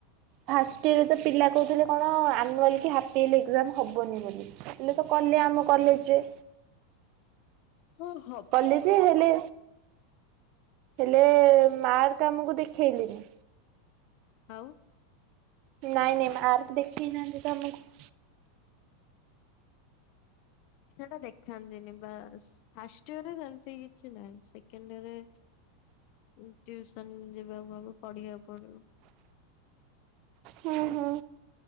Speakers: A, on the right; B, on the left.
A: ଫାଷ୍ଟ ଇୟର ରେ ତ ପିଲା କହୁଥିଲେ କଣ ଆନୁଆଲି କି ହାପ୍ଇଅରଲି ଏକ୍ଜାମ ହବନି ବୋଲି। ହେଲେ ତ କଲେ ଆମ କଲେଜରେ।
B: ହୁଁ।
A: କଲେ ଯେ ହେଲେ ହେଲେ ମାର୍କ ଆମକୁ ଦେଖେଇଲେନି।
B: ଆଉ।
A: ନାଇଁ ନାଇଁ ମାର୍କ ଦେଖିେଇ ନାହାନ୍ତି ତ ଆମକୁ।
B: ସେଟା ଦେଖାନ୍ତି ନି ବାସ୍। ଫାଷ୍ଟଇୟରେ ସେମତି କିଛି ନାହିଁ ସେକେଣ୍ଡ ଇୟରେ। ଉଁ ଟ୍ୟୁସନ ଯିବାକୁ ହବ ପଢିବାକୁ ପଡିବ।
A: ହୁଁ ହୁଁ।